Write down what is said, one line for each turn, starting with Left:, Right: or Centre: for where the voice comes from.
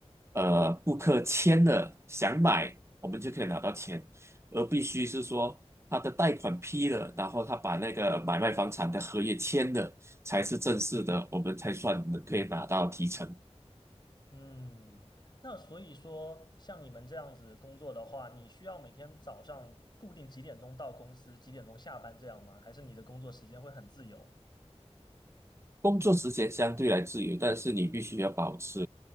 Right: 呃，顾客签了想买，我们就可以拿到钱，而必须是说他的贷款批了，然后他把那个买卖房产的合约签了，才是正式的，我们才算可以拿到提成。
Left: 嗯，那所以说，像你们这样子工作的话，你需要每天早上固定几点钟到公司，几点钟下班这样吗？还是你的工作时间会很自由？
Right: 工作时间相对来自由，但是你必须要保持